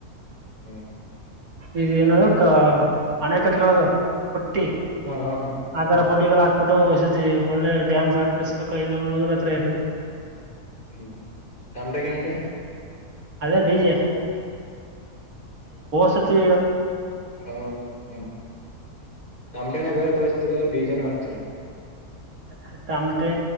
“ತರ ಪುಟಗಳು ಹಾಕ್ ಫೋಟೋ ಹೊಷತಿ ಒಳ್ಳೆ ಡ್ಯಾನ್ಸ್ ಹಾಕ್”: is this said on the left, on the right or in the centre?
Right